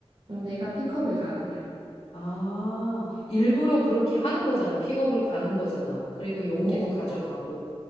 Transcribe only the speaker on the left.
아, 일부러 그렇게 하는 거잖아. 픽업을 가는 거잖아. 그리고 용기도
가져가고.